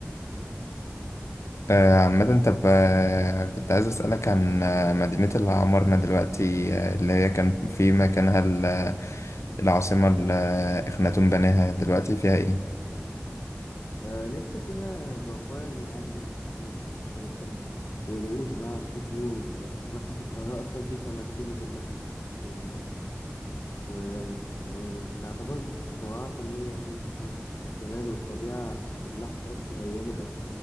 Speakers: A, on the left; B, on the left.
A: آه، عامة طب آه، كنت عايز أسألك عن آه، مدينة اللي عمرنا دلوقتي آه، اللي هي كان في مكانها ال- آه، العاصمة اللي آه، إخناتون بناها دلوقتي فيها إيه؟
B: آه لسه فيها بقايا المعابد اللي كانت هناك ومساكن الكهنة ونقوش بقى على الصخور ومتحف القاهرة اصلا فيه تماثيله كلها و... و يعني تعتبر براعة فنية يعني ما حصلتش يعني الجمال والطبيعة في النحت أصلا أيامه كانت